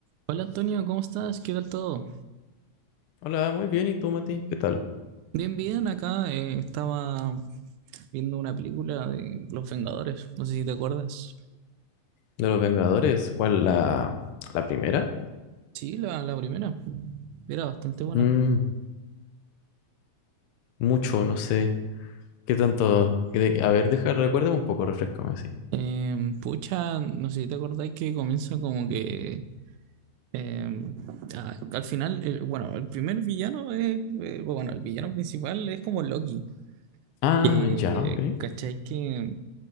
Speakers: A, on the right; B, on the left.
A: Hola Antonio, ¿cómo estás? ¿Qué tal todo?
B: Hola, muy bien. ¿Y tú, Mati? ¿Qué tal?
A: Bien, bien, acá eh, estaba viendo una película de Los Vengadores, no sé si te acuerdas.
B: De los Vengadores, ¿cuál la, la primera?
A: Sí, la, la primera, era bastante buena.
B: Mm, mucho, no sé. ¿Qué tanto? ¿Qué de- A ver, deja, recuérdame un poco, refrescame así.
A: Em, pucha, no sé si te acordáis que comienza como que em, ah, al final, el- bueno, el primer villano es, eh, bueno, el villano principal es como Loki.
B: Ah,
A: Que,
B: ya, ok.
A: ¿cachai? Que